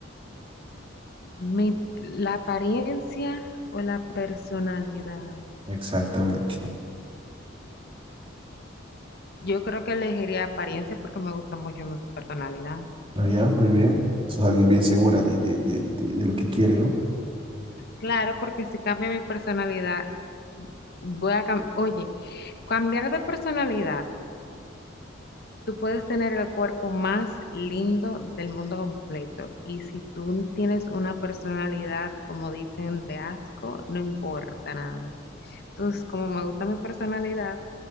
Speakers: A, on the left; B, on the right.
A: mi, la apariencia o la personalidad.
B: Exactamente.
A: Yo creo que elegiría apariencia porque me gusta mucho mi personalidad.
B: Ah, ya, muy bien. Sos alguien bien segura de, de, de, de, de lo que quiere, ¿no?
A: Claro, porque si cambia mi personalidad, voy a cam- Oye, cambiar de personalidad. Tú puedes tener el cuerpo más lindo del mundo completo y si tú tienes una personalidad, como dicen, de asco, no importa nada. Entonces, como me gusta mi personalidad,